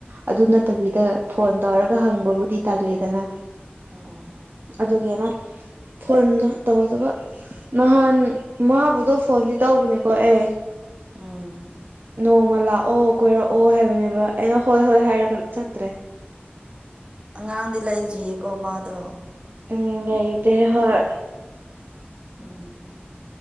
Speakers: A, on the right (about 55°); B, on the right (about 25°).
A: ꯑꯗꯨ ꯐꯠꯇꯕꯤꯗ ꯐꯣꯟ ꯇꯧꯔꯒ ꯍꯪꯕꯕꯨꯗꯤ ꯇꯜꯂꯦꯗꯅ
B: ꯑꯣ
A: ꯑꯗꯨꯒꯤꯅ ꯐꯣꯟ ꯇꯧꯗꯕ ꯅꯍꯥꯟ ꯃꯥꯕꯨꯗꯣ ꯐꯣꯟꯗꯤ ꯇꯧꯕꯅꯦꯀꯣ ꯑꯦ
B: ꯑꯥ
A: ꯅꯣꯡꯃ ꯂꯥꯛꯑꯣ ꯀꯣꯏꯔꯛꯑꯣ ꯍꯥꯏꯕꯅꯦꯕ ꯑꯩꯅ ꯍꯣꯏ ꯍꯣꯏ ꯍꯥꯏꯔꯒ ꯆꯠꯇ꯭ꯔꯦ
B: ꯑꯉꯥꯡꯗꯤ ꯂꯩꯗ꯭ꯔꯤꯌꯦꯀꯣ ꯃꯥꯗꯣ
A: ꯎꯝ ꯂꯩꯗ ꯍꯣꯏ
B: ꯎꯝ